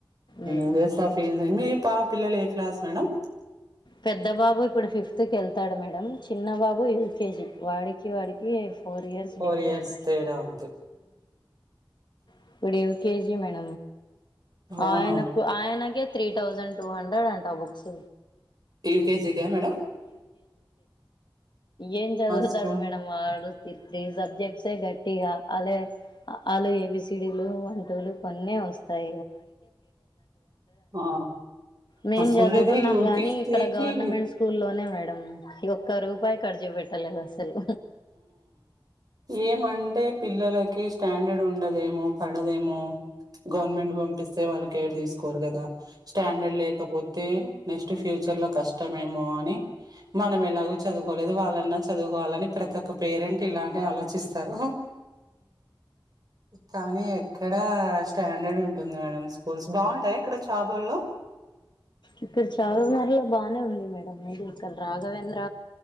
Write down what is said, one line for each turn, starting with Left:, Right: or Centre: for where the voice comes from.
Left: ఉమ్
Right: యుఎస్ ఆఫీస్ పా పిల్లలు ఏ క్లాస్ మేడం
Left: పెద్ద బాబు ఇప్పుడు ఫిఫ్త్కి వెళ్తాడు మేడం చిన్న బాబు ఎల్కేజీ వాడికి వాడికి four years
Right: four
Left: different
Right: years తేడా ఉంది
Left: గుప్పుడవ కేజి మేడ
Right: అవునవును
Left: ఆయనకు ఆయనగ త్రీ థౌజండ్ టూ హండ్రెడ్ అంట ఆ బుక్స్
Right: వ కేజీ క మేడ
Left: ఏన్ చదువుతాడు
Right: స్కూల్
Left: మేడ ఆ త్రీ సబ్జెక్ట్స్ గట్టిగా అ వాళ్ళ ఏబీసిడీలు వంటలు కొన్ని తం
Right: ఆ
Left: మే
Right: మా స్కూల్లో
Left: చ
Right: అయితే యూకేజీకి
Left: కానీ ఇక్కడ గవర్నమెంట్ స్కూల్లోనే మేడం ఒక్క రూపాయి ఖర్చు పెట్టలేదు అసలు
Right: ఏ మండే పిల్లలకి స్టాండర్డ్ ఉండదేమో పడదేమో గవర్నమెంట్ పంపిస్తే వాళ్ళ కే తీకోరు కదా స్టాండర్డ్ లేకపోతే నెక్స్ట్ ఫ్యూచర్ క ేమో అని మనం ఎలాగ చదువుకోలేదు వాళ్ళన్నా చదువుకోవాలని ప్ర ఒక పేరెంట్ ఇలానే ఆలోచిస్తారు కానీ ఇక్కడ స్టాండర్డ్ ఉంటుంది మేడం స్కూల్స్ బాగుంటాయి ఇక్కడ చాబల్లో
Left: ఇక్కడ చవుమరలో బాగానే ఉంది మేడం అది ఇక్కడ రాఘవేంద్ర